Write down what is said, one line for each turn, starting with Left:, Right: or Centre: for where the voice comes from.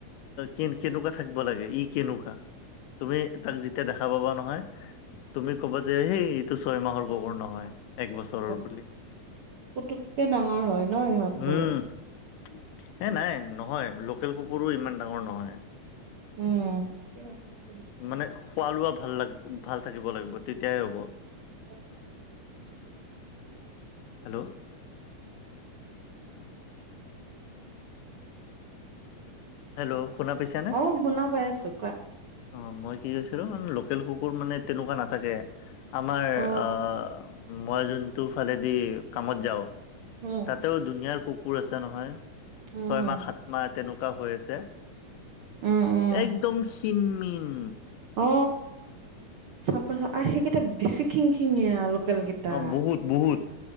Left: কে কেনেকুৱা থাকিব লাগে ই কেনেকুৱা তুমি তাক যেতিয়া দেখা পাবা নহয় তুমি ক'বা যে সেই এইটো ছয় মাহৰ কুকুৰ নহয়। এক বছৰৰ বুলি
Right: অ পুতুককে ডাঙৰ হয় ন ইহঁতবোৰ
Left: উম এ নাই নহয় লোকেল কুকুৰো ইমান ডাঙৰ নহয়।
Right: উম
Left: মানে খোৱা লোৱা ভাল লাগ ভাল থাকিব লাগিব তেতিয়াই হ'ব।
Right: <unintelligible>
Left: হেল্ল' হেল্ল' শুনা পাইছানে?
Right: অ শুনা পাই আছো কোৱা
Left: অ মই কি কৈছিলো লোকেল কুকুৰ মানে তেনেকুৱা নাথাকে। আমাৰ
Right: অ
Left: আহ মই যোনটো ফালেদি কামত যাওঁ,
Right: উম
Left: তাতেও ধুনীয়াৰ কুকুৰ আছে নহয়
Right: উম
Left: ছয়মাহ,
Right: হম
Left: সাত মাহ তেনেকুৱা হৈ আছে।
Right: উম উম
Left: একদম ক্ষীণ- মীন।
Right: অ' চাপৰ, চাপৰ আৰু সেইকেইটা বেছি খিং খিঙিয়া লোকেল গে টা
Left: অ বহুত বহুত